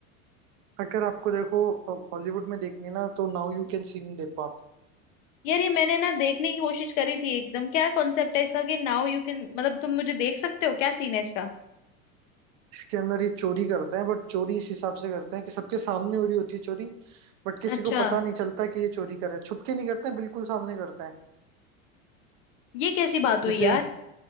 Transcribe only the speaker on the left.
यार ये मैंने ना देखने की कोशिश करी थी एकदम क्या कॉन्सेप्ट है इसका कि नाउ यू कैन मतलब तुम मुझे देख सकते हो क्या सीन है इसका
अच्छा
ये कैसी बात हुई
यार